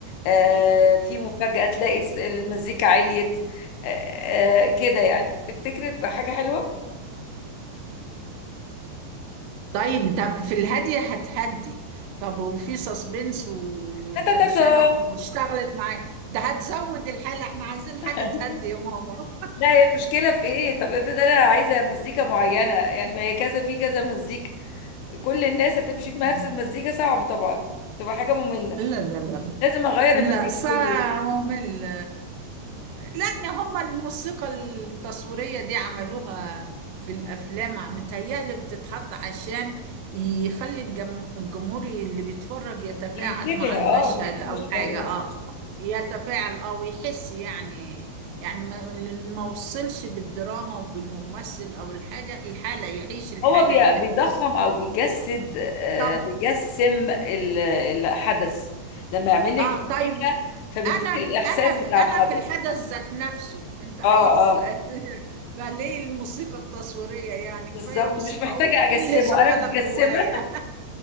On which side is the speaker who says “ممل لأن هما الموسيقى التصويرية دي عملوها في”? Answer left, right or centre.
Right